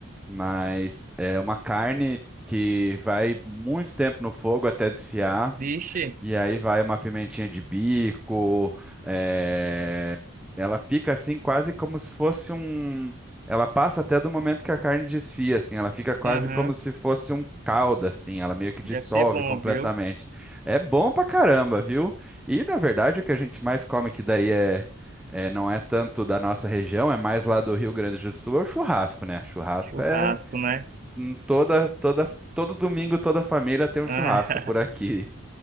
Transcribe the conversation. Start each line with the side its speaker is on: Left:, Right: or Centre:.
Centre: Mas é uma carne que vai muito tempo no fogo até desfiar.
Right: Vixe,
Centre: E aí vai uma pimentinha de bico. é, Ela fica assim, quase como se fosse um. Ela passa até do momento que a carne desfia, assim. Ela fica quase
Right: aham,
Centre: como se fosse um caldo, assim. Ela meio que dissolve
Right: deve ser bom,
Centre: completamente.
Right: viu?
Centre: É bom pra caramba, viu? E na verdade o que a gente mais come que daí é. é, não é tanto da nossa região, é mais lá do Rio Grande do Sul, é o churrasco, né? Churrasco
Right: Churrasco,
Centre: é
Right: né?
Centre: hum, toda, toda, todo domingo, toda família tem um
Right: Ah,
Centre: churrasco por aqui.